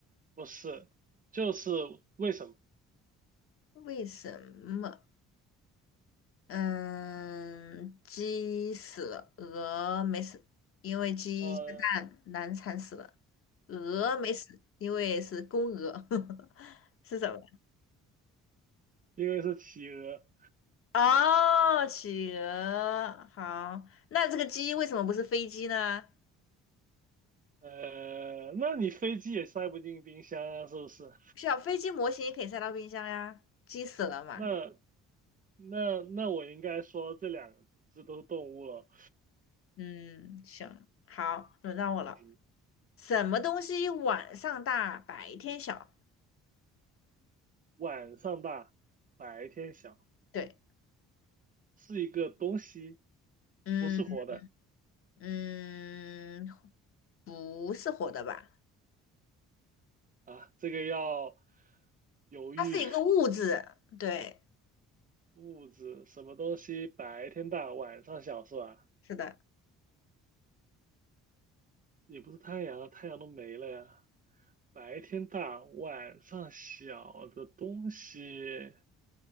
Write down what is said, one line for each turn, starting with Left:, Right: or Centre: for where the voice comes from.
Right: 不是，就是为什么？
Left: 为什么？嗯，鸡死了，鹅没死，因为鸡下蛋难产死了。
Right: 呃，
Left: 鹅没死，因为是公鹅，<laughs> 是什么？
Right: 因为是企鹅。
Left: 哦，企鹅。好，那这个鸡为什么不是飞机呢？
Right: 呃，那你飞机也塞不进冰箱啊，是不是？
Left: 小飞机模型也可以塞到冰箱呀，鸡死了嘛。
Right: 那那那我应该说这两只都是动物了。
Left: 嗯，行，好，轮到我了。
Right: 嗯
Left: 什么东西晚上大，白天小？
Right: 晚上大，白天小，
Left: 对，
Right: 是一个东西，
Left: 嗯。
Right: 不是活的
Left: 嗯，不是活的吧？
Right: 啊。这个要犹豫，
Left: 它是一个物质，对，
Right: <laughs> 物质什么东西白天大，晚上小是吧？
Left: 是的，
Right: 也不是太阳啊，太阳都没了呀。白天大，晚上小的东西，